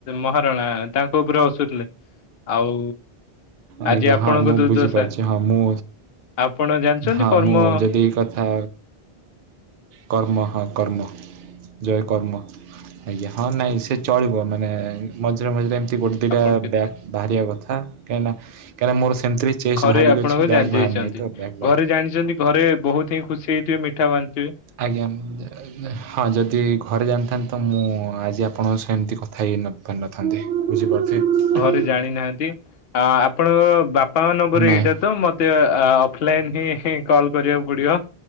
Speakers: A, on the left (about 70°); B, on the right (about 65°).
A: ମହାରଣା ତାଙ୍କ ଉପରେ ହସୁଥିଲେ। ଆଉ
B: ଆଜ୍ଞା
A: ଆଜି ଆପଣଙ୍କ
B: ହଁ ମୁଁ
A: ଦୁର୍ଦ୍ଦଶା।
B: ବୁଝିପାରୁଛି ହଁ ମୁଁ
A: ଆପଣ ଜାଣିଚନ୍ତି
B: ହଁ
A: କର୍ମ
B: ମୁଁ ଯଦି ଏଇ କଥା କର୍ମ ହଁ କର୍ମ। ଜୟ କର୍ମ ଆଜ୍ଞା ହଁ ନାଇଁ ସେ ଚଳିବ ମାନେ ମଝିରେ ମଝିରେ ଏମି ତି ଗୋଟେ ଦିଇଟା
A: ଆପଣ କେତେ
B: ବ୍ୟାକ୍ ବାହାରିବା କଥା କାଇଁକି ନା କାଇଁକିନା ମୋର ସେମିତିବି ଚେଷ୍ଟ
A: ଘରେ
B: ବାହାରିକି
A: ଆପଣଙ୍କ
B: ଅଛି ବ୍ୟାକ୍
A: ଜାଣି ଯାଇଛନ୍ତି।
B: ବାହାରିନି ତ ବ୍ୟାକ
A: ଘରେ ଜାଣିଚନ୍ତି ଘରେ ବୋହୁତ ହିଁ ଖୁସି ହେଇଥିବେ ମିଠା ବାଣ୍ଟିଥିବେ।
B: ଆଜ୍ଞା ଉଁ ଦେ ହଁ ଯଦି ଘରେ ଜାଣିଥାନ୍ତେ ତ ମୁଁ ଆଜି ଆପଣଙ୍କ ସହ ଏମିତି କଥା ହେଇନଥା ନ ଥାନ୍ତି ବୁଝିପାରୁଥିବେ।
A: ଘରେ ଜାଣିନାହାନ୍ତି। ଆ-ଆପଣଙ୍କ ବାପାଙ୍କ ନମ୍ବର
B: ନାଇଁ
A: ଏଇଟା ତ ମତେ ଆ ଆ ଅଫଲାଇନ୍ ହିଁ କଲ୍ କରିବାକୁ ପଡିବ